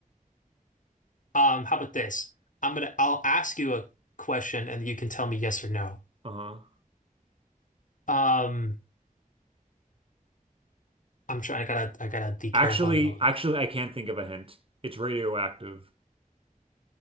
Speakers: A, on the left; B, on the right.
A: Um, how about this? I'm gonna I'll ask you a question and you can tell me yes or no.
B: Uh-huh.
A: Um, I'm trying. I gotta I gotta be careful
B: Actually,
A: though.
B: actually, I can't think of a hint. It's radioactive.